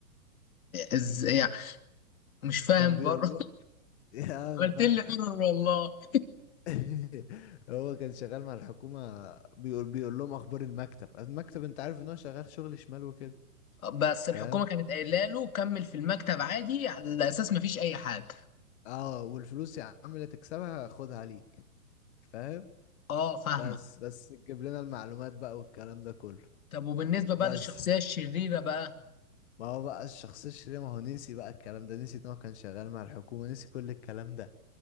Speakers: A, on the left; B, on the left.
A: ازاي يعني مش فاهم
B: كان بيقول
A: برضه
B: له <laughs>
A: <laughs>
B: يا انا
A: عملت
B: بقى
A: لي ايرور والله
B: <laughs> هو كان شغال مع الحكومة بيقول بيقول لهم اخبار المكتب المكتب انت عارف ان هو شغال شغل شمال وكده
A: بس
B: فاهم
A: الحكومه كانت قايله له كمل في المكتب عادي على اساس مفيش اي حاجه
B: اه والفلوس يا عم اللي تكسبها خدها ليك فاهم
A: اه فاهمه
B: بس بس تجيب لنا المعلومات بقى والكلام ده كله
A: طب وبالنسبه
B: بس
A: بقى للشخصيه الشريره بقى
B: ما هو بقى الشخص الشرير ما هو نسي بقى الكلام ده نسي ان هو كان شغال مع الحكومة نسي كل الكلام ده